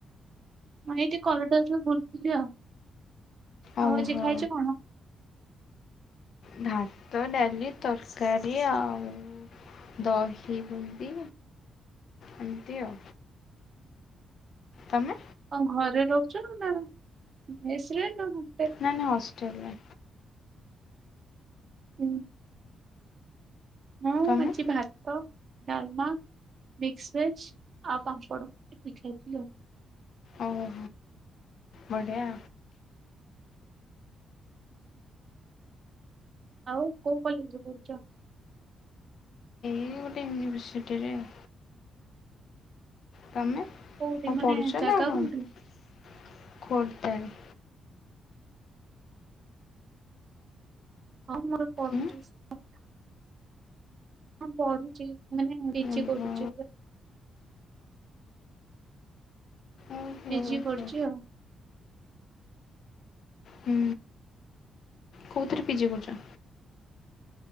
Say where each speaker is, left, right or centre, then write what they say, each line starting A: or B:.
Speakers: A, on the right (about 40°); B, on the left (about 55°).
A: ମୁଁ ଏଇଠି କରିଡରରେ ବୁଲଥିଲି ଆଉ।
B: ଓହୋ
A: ଆଉ ଆଜି ଖାଇଛ କଣ?
B: ଭାତ, ଡାଲି, ତରକାରୀ ଆଉ ଦହି ବୁନ୍ଦି ଏମତି ଆଉ। ତମେ?
A: କଣ ଘରେ ରହୁଛ ନା ମେସରେ ନା କଣ?
B: ନ ନା ହାଷ୍ଟେଲରେ।
A: ହୁଁ। ହଁ ମୁଁ
B: ତମେ
A: ଆଜି ଭାତ ଡାଲମା, ମିକ୍ସ ଭେଜ ଆଉ ପାମ୍ପଡ଼ ଏତିକି ଖାଇଥିଲି ଆଉ।
B: ଓହୋ। ବଢିଆ।
A: ଆଉ କୋଉ କଲେଜରେ ପଢୁଛ?
B: ମୁଁ ଗୋଟେ ୟୁନଭର୍ସିଟିରେ ଆଉ। ତମେ
A: କୋଉଠି
B: କଉଣ
A: ମାନେ
B: ପଢ଼ୁଛ
A: ଜାଗା
B: ନା କଣ?
A: କୋଉଠି?
B: ଖୋର୍ଦାରେ।
A: ହଉ ମୋର ପଢୁଛି
B: ଉଁ
A: ଶ ହଁ ପଢୁଛି ମାନେ ପିଜି
B: ଓହୋ
A: କରୁଛି ଏବେ।
B: ଓହୋ
A: ପିଜି
B: ଆଚ୍ଛା
A: କରୁଛି ଆଉ।
B: ହୁଁ। କୋଉଥିରେ ପିଜି କରୁଛ?